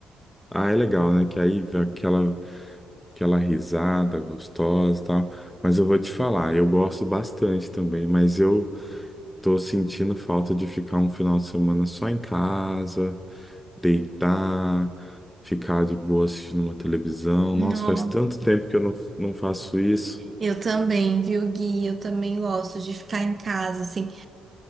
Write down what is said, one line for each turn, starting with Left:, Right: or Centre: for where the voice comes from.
Centre: Ah, é legal, né? Que aí vem aquela, aquela risada gostosa e tal. Mas eu vou te falar, eu gosto bastante também, mas eu Tô sentindo falta de ficar um final de semana só em casa, deitar, ficar de boa assistindo uma televisão.
Right: Nossa.
Centre: Nossa, faz tanto tempo que eu não, não faço isso.
Right: Eu também, viu, Gui? Eu também gosto de ficar em casa, assim.